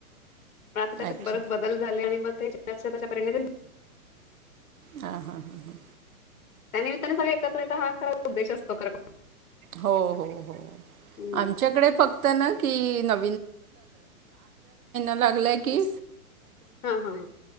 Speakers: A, on the left; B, on the right.
A: त्याच्यात
B: अच्छा
A: बच बदल झा च्या पिंद
B: हा हा हा हा
A: त्यानिमित्ताने सग एकत्र यता हा खराच उद्ेश असतो ख
B: हो हो
A: हम्म.
B: आमच्याकडे फक्त ना की न लागला की
A: हा हा हा.